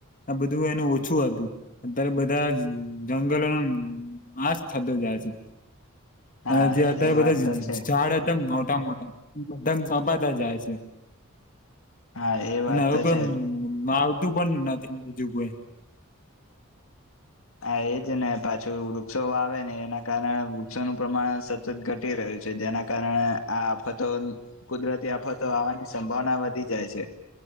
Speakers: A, on the left (about 40°); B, on the left (about 65°).
A: આ બધું એનું ઓછું હતું, અત્યારે બધા જંગલોના માસ થતો જાય છે.
B: હા
A: અને જે અત્યારે
B: એ
A: બધા
B: વાત તો છે
A: ઝાડ હતા મોટા મો કપાતા જાય છે
B: હા એ વાત
A: અને હવે
B: તો
A: કોઈ
B: છે
A: માવ બું પણ નથી બીજું કોઈ
B: હા એજ ને પાછું વૃક્ષો વાવેને એના કારણે વૃક્ષોનું પ્રમાણ સતત ઘટી રહ્યું છે, જેના કારણે આ આફતો કુદરતી આફતો આવવાની સંભાવના વધી જાય છે.